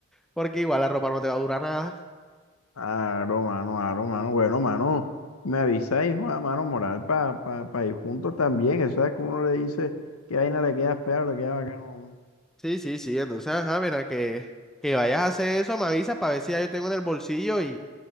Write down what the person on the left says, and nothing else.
Aro, mano, aro, mano. Bueno, mano, me avisa, hijo, a mano, moral, para pa, pa pa ir juntos también. Eso es que uno le dice que vaina le queda fea o le queda bacano a uno.